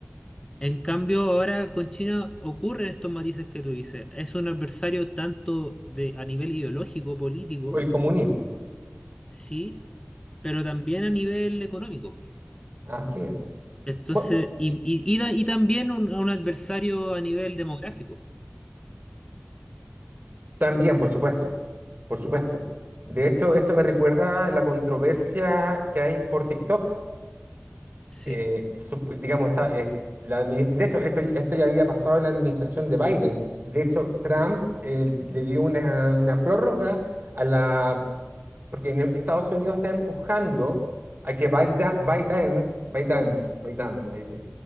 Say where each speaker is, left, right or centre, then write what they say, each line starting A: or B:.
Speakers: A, on the left; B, on the right.
A: En cambio, ahora con China ocurren estos matices que tú dices. Es un adversario tanto de, a nivel ideológico, político,
B: por el comunismo.
A: sí, pero también a nivel económico.
B: Así es.
A: Entonces,
B: Bueno,
A: y, y, y da- y también un, un adversario a nivel demográfico.
B: también, por supuesto, por supuesto. De hecho, esto me recuerda la controversia que hay por TikTok.
A: Sí.
B: Eh, sup- digamos, está, eh, la admi- de hecho, esto, esto ya había pasado en la administración de Biden. De hecho, Trump eh, le dio una, una prórroga a la porque en Estados Unidos está empujando a que Baida- ByteDance, ByteDance, ByteDance, ahí sí,